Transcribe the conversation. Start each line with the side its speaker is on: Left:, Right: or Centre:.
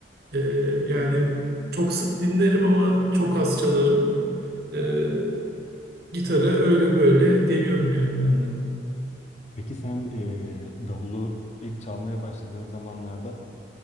Right: Ee, yani çok sık dinlerim ama çok az çalarım. Ee, gitarı öyle böyle deniyorum yani ben de.
Left: Peki sen eee, davulu ilk çalmaya başladığın zamanlarda